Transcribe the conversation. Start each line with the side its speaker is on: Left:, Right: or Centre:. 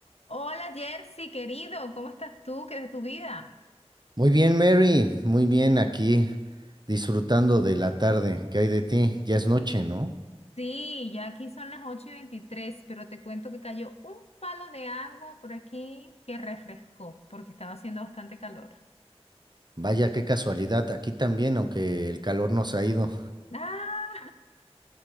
Left: Hola Jersey, querido, ¿cómo estás tú? ¿Qué es de tu vida?
Right: Muy bien, Mary, muy bien aquí, disfrutando de la tarde. ¿Qué hay de ti? Ya es noche, ¿no?
Left: Sí, ya aquí son las 8 y 23, pero te cuento que cayó un palo de agua por aquí que refrescó porque estaba haciendo bastante calor.
Right: Vaya, qué casualidad. Aquí también, aunque el calor nos ha ido.
Left: Ah,